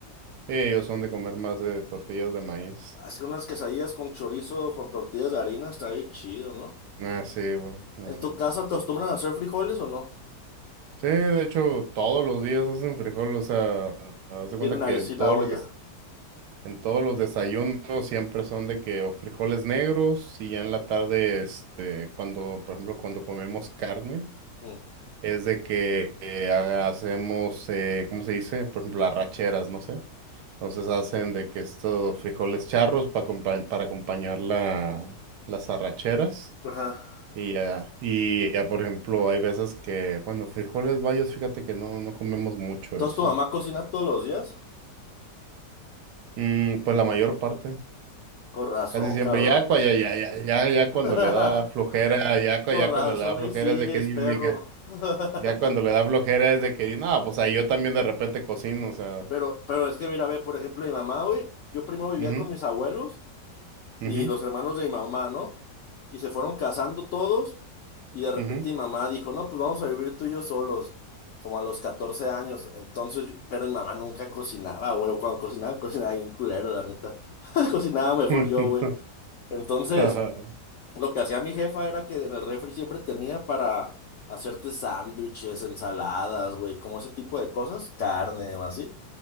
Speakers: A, on the right; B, on the left.
A: ellos son de comer más de tortillas de maíz.
B: Haz que unas quesadillas con chorizo, con tortillas de harina, está bien chido, ¿no?
A: Ah, sí, güey. la
B: ¿En
A: neta.
B: tu casa acostumbran a hacer frijoles o no?
A: Sí, de hecho, todos los días hacen frijol, o sea, haz de
B: Tienen
A: cuenta que
B: ahí así
A: en todos
B: la olla.
A: los des- en todos los desayunos siempre son de que o frijoles negros y ya en la tarde, este, cuando, por ejemplo, cuando comemos carne,
B: Mm.
A: es de que eh, ha- hacemos, eh, ¿cómo se dice? Por ejemplo, arracheras, no sé. Entonces hacen de que estos frijoles charros para, para acompañar la, las arracheras.
B: Ajá.
A: Y ya, y ya, por ejemplo, hay veces que, bueno, frijoles bayos, fíjate que no, no comemos mucho
B: Entonces,
A: eso.
B: ¿tu mamá cocina todos los días?
A: Mm, pues la mayor parte,
B: Con razón,
A: casi siempre.
B: cabrón.
A: Ya, cua- ya, ya, ya, ya, ya cuando
B: <laughs>
A: le da flojera, ya, cua-
B: Con
A: ya
B: razón,
A: cuando le da flojera
B: ahí sigues,
A: es de que, de
B: perro.
A: que-
B: <laughs>
A: ya cuando le da flojera es de que, no, pues ahí yo también de repente cocino, o sea.
B: Pero, pero es que mira, ve, por ejemplo, mi mamá, güey, yo primero vivía
A: ujú,
B: con mis abuelos y
A: ujú,
B: los hermanos de mi mamá, ¿no? Y se fueron casando todos y de repente
A: ujú,
B: mi mamá dijo, no, pues vamos a vivir tú y yo solos, como a los 14 años. Entonces, yo- pero mi mamá nunca cocinaba, güey, o cuando cocinaba, cocinaba bien culero, la neta. <laughs> Cocinaba mejor
A: <laughs>
B: yo, güey. Entonces...
A: ujú,
B: Lo que hacía mi jefa era que en el refri siempre tenía para hacerte sándwiches, ensaladas, güey, como ese tipo de cosas, carne o así.